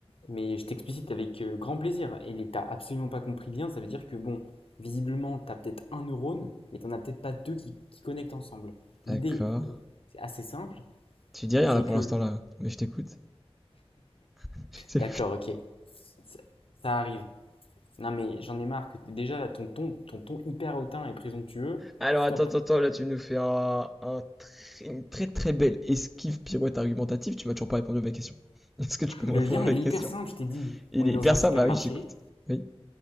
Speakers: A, on the left; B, in the centre.
A: Mais je t'explicite avec euh, grand plaisir. Et les- t'as absolument pas compris bien, ça veut dire que bon, visiblement, t'as peut-être un neurone, mais t'en as peut-être pas deux qui, qui connectent ensemble. L'idée
B: D'accord.
A: est c'est assez simple,
B: Tu dis rien
A: c'est
B: là pour
A: que.
B: l'instant là, mais je t'écoute. <laughs> Je
A: D'accord,
B: t'écoute.
A: ok, ça, ça arrive. Non mais j'en ai marre que déjà là, ton ton, ton ton hyper hautain et présomptueux,
B: Alors
A: stop.
B: attends, attends, attends, là tu nous fais un, un tr- une très très belle esquive pirouette argumentative, tu m'as toujours pas répondu à ma question. <laughs> Est-ce que tu peux
A: Le
B: me répondre
A: lien,
B: à ma
A: il
B: question?
A: est hyper simple, je t'ai dit.
B: Il
A: On
B: est
A: est dans
B: hyper
A: un supermarché,
B: simple, bah oui, j'écoute. Oui.